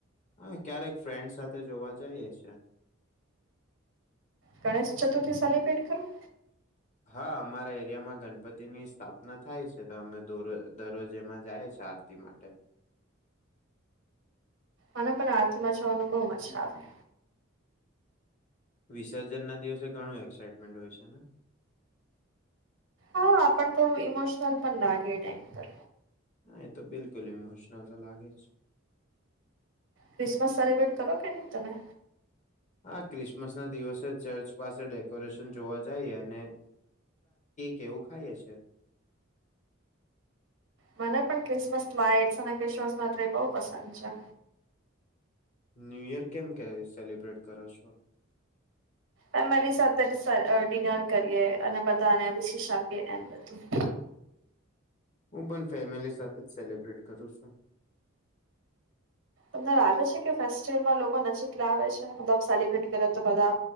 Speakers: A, on the left (about 40°); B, on the right (about 65°).
A: હા, ક્યારેક ફ્રેન્ડ સાથે જોવા જાઈએ છે.
B: ગણેશ ચતુર્થી સેલિબ્રેટ કરો?
A: હા, અમારે એરિયામાં ગણપતિની સ્થાપના થાય છે, તો અમે દરરોજ એમાં જાઈએ છે, આ તિ માટે.
B: મને પણ આરતીમાં જવાનું બોઉ મજા આવે.
A: વિસર્જન ના દિવસે ઘણું એક્સાઈટમેન્ટ હોય છે ને?
B: હા, પણ થોડું ઈમોશનલ પણ લાગે ટાઈમ પર.
A: એ તો બિલકુલ, ઈમોશનલ તો લાગે જ.
B: ક્રિસમસ સેલિબ્રેટ કરો કે નઈ તમે?
A: હા, ક્રિસમસ ના દિવસે ચર્ચ પાસે ડેકોરેશન જોવા જાઈએ, અને એવું ખાઈએ છે.
B: મને પણ ક્રિસમસમા, અને ક્રિસમસમા તે બોઉ પસંદ છે.
A: ન્યૂયર કેમ તમે સેલિબ્રેટ કરો છો?
B: ફેમલી સાથે ડિનર કરીએ, અને બધાને વિશેષ આપીએ એમ બધું.
A: હું પણ ફેમલી સાથે જ સેલિબ્રેટ કરું છું.
B: તમને લાગે છે કે, ફેસ્ટિવલમાં લોકો નજીક લાવે છે, મતલબ સેલિબ્રેટ કરે તો બધા.